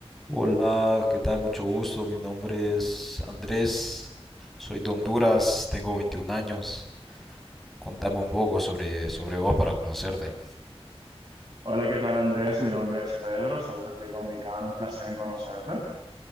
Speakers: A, in the centre; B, on the right.
A: Hola, ¿qué tal? Mucho gusto. Mi nombre es Andrés. Soy de Honduras, tengo 21 años. Contame un poco sobre, sobre vos para conocerte.
B: Hola, ¿qué tal Andrés? Mi nombre es Pedro, soy de República Dominicana, un placer en conocerte.